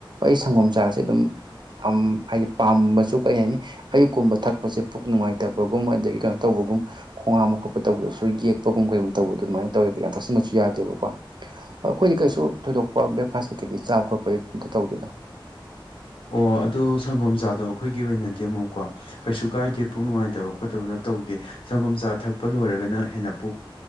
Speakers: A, on the right; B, on the left.
A: ꯑꯩ ꯁꯪꯒꯣꯝ ꯆꯥꯁꯦ ꯑꯗꯨꯝ ꯑꯝ ꯍꯥꯏꯗꯤ ꯄꯥꯝꯕꯁꯨ ꯀꯩ ꯍꯥꯏꯅꯤ ꯑꯌꯨꯛꯀꯨꯝꯕ ꯊꯛꯄꯁꯦ ꯄꯨꯛ ꯅꯨꯡꯉꯥꯏꯇꯕꯒꯨꯝ ꯑꯗꯒꯤ ꯀꯩꯅꯣ ꯇꯧꯕꯒꯨꯝ ꯈꯣꯡ ꯍꯥꯝꯕ ꯈꯣꯠꯄ ꯇꯧꯕꯗꯁꯨ ꯌꯦꯛꯄꯒꯨꯝ ꯀꯩꯒꯨꯝ ꯇꯧꯕꯗꯣ ꯑꯗꯨꯃꯥꯏꯅ ꯇꯧꯋꯦꯕ ꯌꯥꯝ ꯊꯥꯁꯤꯟꯕꯁꯨ ꯌꯥꯗꯦꯕꯀꯣ ꯍꯣꯏ ꯑꯩꯈꯣꯏꯗꯤ ꯀꯩꯁꯨ ꯊꯣꯏꯗꯣꯛꯄ ꯕ꯭ꯔꯦꯛꯐꯥꯁ ꯀꯩꯀꯩꯗꯤ ꯆꯥꯕ ꯈꯣꯠꯄꯗꯤ ꯑꯝꯇ ꯇꯧꯗꯦꯗ
B: ꯑꯣ ꯑꯗꯣ ꯁꯪꯒꯣꯝꯆꯥꯗꯣ ꯑꯩꯈꯣꯏꯒꯤ ꯑꯣꯏꯅꯗꯤ ꯑꯃꯨꯛꯀꯣ ꯀꯩꯁꯨ ꯀꯥꯏꯗꯦ ꯄꯨꯛ ꯅꯨꯡꯉꯥꯏꯇꯕ ꯈꯣꯠꯇꯕꯅ ꯇꯧꯗꯦ ꯁꯪꯒꯣꯝ ꯆꯥ ꯊꯛꯄ ꯂꯣꯏꯔꯒꯅ ꯍꯦꯟꯅ ꯄꯨꯛ